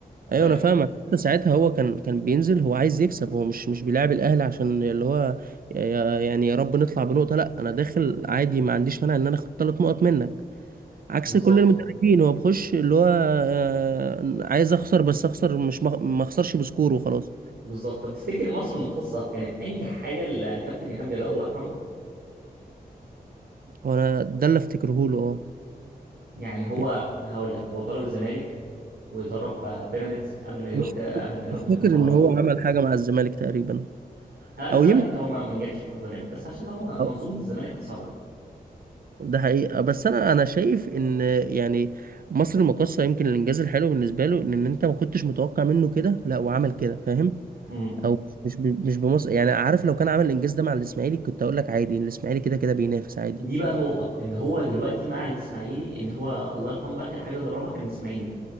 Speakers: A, on the right (about 65°); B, on the right (about 80°).
A: ايوه
B: فاهم
A: انا فاهمك حتى ساعتها هو كان كان بينزل هو عايز يكسب هو مش مش بيلاعب الاهلي عشان اللي هو يا- يا- يعني يا رب نطلع بنقطه لا انا داخل عادي ما عنديش مانع ان انا اخد ثلاث نقط منك عكس
B: بالظبط
A: كل المدربين هو بخش اللي هو آه، عايز اخسر بس اخسر مش مخ- ما اخسرش بسكور وخلاص
B: بالظبط طب تفتكر مصر المخصصه كانت انجح حاجه لكابتن ايهاب جلال الله يرحمه
A: هو انا ده اللي افتكره له اه
B: يعني هو
A: يعني
B: هقول لك هو ضرب الزمالك وضرب آه، بيراميدز قبل ما يروح
A: مش
B: ك- قبل ما يروح
A: مش
B: المنتخب
A: فاكر ان
B: على
A: هو
B: طول
A: عمل حاجه مع الزمالك تقريبا
B: آه، الزمالك
A: او يمكن
B: هو ما ما نجحش مع الزمالك بس عشان هو منظومه
A: اه
B: الزمالك كانت صعبه
A: ده حقيقة بس انا انا شايف ان يعني مصر المقاصة يمكن الانجاز الحلو بالنسبة له ان انت ما كنتش متوقع منه كده لا وعمل كده فاهم
B: قوي
A: او مش ب... مش بمصر يعني عارف لو كان عمل الانجاز ده مع الاسماعيلي كنت اقول لك عادي الاسماعيلي كده كده بينافس عادي
B: دي بقى نقطة ان هو دلوقتي مع الاسماعيلي ان هو الله يرحمه اخر حاجة دربها كان الاسماعيلي